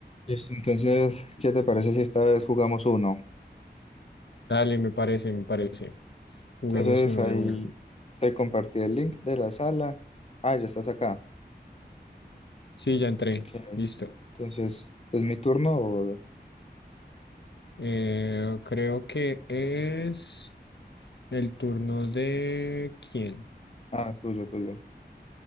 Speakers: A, on the left; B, on the left.
A: Listo, entonces, ¿qué te parece si esta vez jugamos uno?
B: Dale, me parece, me parece. Juguemos
A: Entonces
B: uno
A: ahí
B: de una.
A: te compartí el link de la sala. Ah, ya estás acá.
B: Sí, ya entré.
A: Ok,
B: Listo.
A: entonces, ¿es mi turno o...?
B: Eh, creo que es el turno de quién?
A: Ah, tuyo, tuyo.